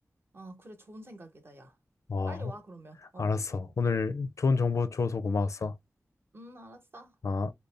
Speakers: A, on the right; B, on the left.
A: 아, 그래. 좋은 생각이다, 야.
B: 어,
A: 빨리 와, 그러면. 어.
B: 알았어. 오늘 좋은 정보 줘서 고마웠어.
A: 음, 알았어.
B: 어.